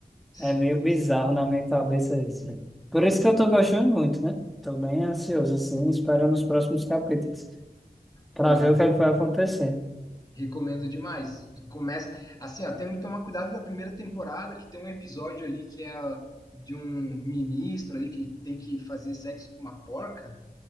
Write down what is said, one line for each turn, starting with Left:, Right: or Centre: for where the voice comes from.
Left: Sim,
Centre: é meio bizarro
Left: sim.
Centre: na minha cabeça isso. né?
Left: <laughs>
Centre: Por isso que eu tô gostando muito, né? Tô bem ansioso, assim, esperando os próximos capítulos para
Left: Olha.
Centre: ver o que é que vai acontecer.
Left: Recomendo demais. Tu Começa assim, ó, tem que tomar cuidado da primeira temporada, que tem um episódio ali que é a- de um ministro ali que tem que fazer sexo com uma porca,